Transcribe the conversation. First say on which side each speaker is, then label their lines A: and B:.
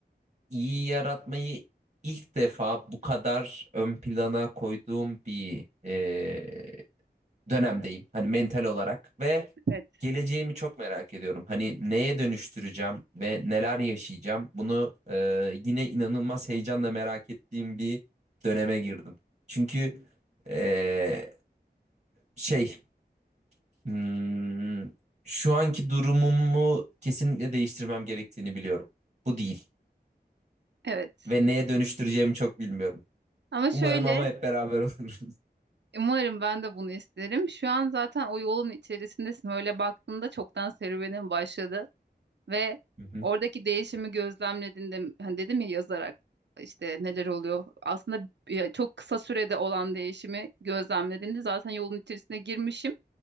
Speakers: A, on the right; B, on the right.
A: iyi yaratmayı ilk defa bu kadar ön plana koyduğum bir e, dönemdeyim. Hani mental olarak ve
B: Evet.
A: geleceğimi çok merak ediyorum. Hani neye dönüştüreceğim ve neler yaşayacağım? Bunu e, yine inanılmaz heyecanla merak ettiğim bir döneme girdim. Çünkü e, şey hmm, şu anki durumumu kesinlikle değiştirmem gerektiğini biliyorum. Bu değil
B: Evet.
A: ve neye dönüştüreceğimi çok bilmiyorum.
B: Ama
A: Umarım
B: şöyle
A: ama hep beraber olur.
B: Umarım ben de bunu isterim. Şu an zaten o yolun içerisindesin. Öyle baktığında çoktan serüvenin başladı ve
A: <laughs> Hı hı.
B: oradaki değişimi gözlemlediğinde hani dedim ya yazarak işte neler oluyor. Aslında ya çok kısa sürede olan değişimi gözlemlediğinde zaten yolun içerisine girmişim.